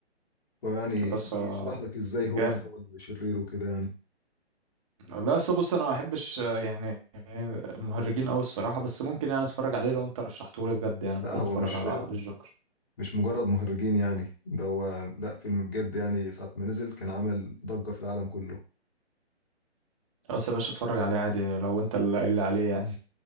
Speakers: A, on the left (about 35°); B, on the right (about 30°).
A: فيعني
B: بس
A: بيشرح
B: آه،
A: لك ازاي
B: جامد
A: هو اتحول لشرير وكده يعني
B: لا بس بص انا ما احبش آه، يعني المهرجين قوي الصراحه بس ممكن يعني اتفرج عليه لو انت رشحته لي بجد يعني ممكن
A: لا هو
B: اتفرج
A: مش
B: على الجوكر
A: مش مجرد مهرجين يعني ده هو لا فيلم بجد يعني ساعة ما نزل كان عمل ضجة في العالم كله
B: بس يا باشا اتفرج عليه عادي لو انت اللي قايل لي عليه يعني